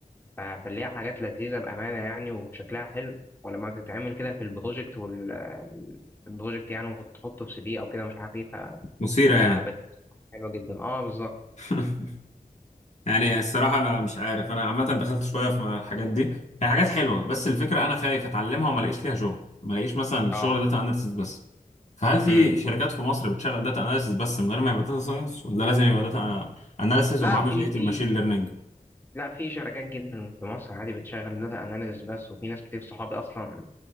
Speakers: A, on the left; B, on the left.
A: ف- فاللي هي حاجات لذيذه بامانه يعني وشكلها حلو ولما بتتعمل كده في البروجكت والبروجكت يعني وتحطه في سي في او كده مش عارف ايه ف-
B: مثيرة
A: فبتبقى
B: يعني
A: حلوه جدا اه بالظبط
B: <laughs> يعني الصراحة أنا مش عارف أنا عامة دخلت شوية في الحاجات دي هي حاجات حلوة بس الفكرة أنا خايف أتعلمها وما ألاقيش ليها شغل ما ألاقيش مثلا الشغل
A: اه
B: داتا أناليسيس بس فهل في
A: امم
B: شركات في مصر بتشغل داتا أناليسيس بس من غير ما يبقى داتا ساينس ولا لازم يبقى داتا أناليسيس
A: لا
B: ومعاه
A: في
B: جزئية
A: في
B: الماشين ليرنينج؟
A: لا في شركات جدا في مصر عادي بتشغل داتا اناليسيس بس وفي ناس كتير صحابي اصلا